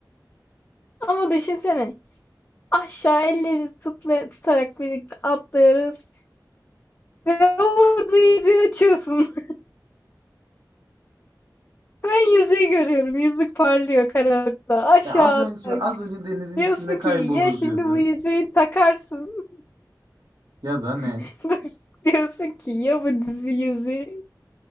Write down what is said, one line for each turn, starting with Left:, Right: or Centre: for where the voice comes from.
Left: Ama düşünsene. Aşağı ellerimizi tutla, tutarak birlikte atlıyoruz. Ve orada yüzüğü açıyorsun. <laughs> Ben yüzüğü görüyorum. Yüzük parlıyor karanlıkta. Aşağı
Right: Ya az önce
Left: atlarken.
Right: az önce denizin
Left: Diyorsun
Right: içinde kaybolur
Left: ki ya şimdi
Right: diyordu.
Left: bu yüzüğü takarsın.
Right: Ya da ne?
Left: <laughs> Diyorsun ki ya bu dizi yüzüğü <laughs>